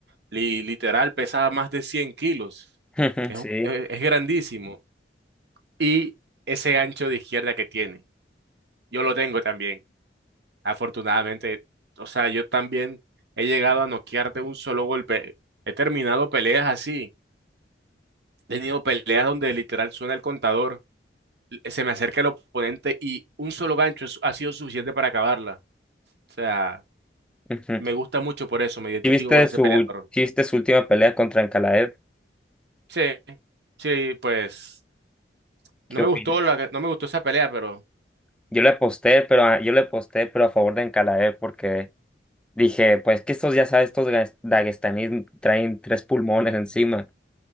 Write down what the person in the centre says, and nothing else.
<laughs>
Sí.
ujú.
¿Sí viste
su,
sí viste su última pelea contra Ankalaev?
¿Qué
opinas?
Yo le aposté, pero a, yo le aposté, pero a favor de Encalaev porque dije, pues que estos, ya sabes, estos gas- daguestanís traen tres pulmones encima.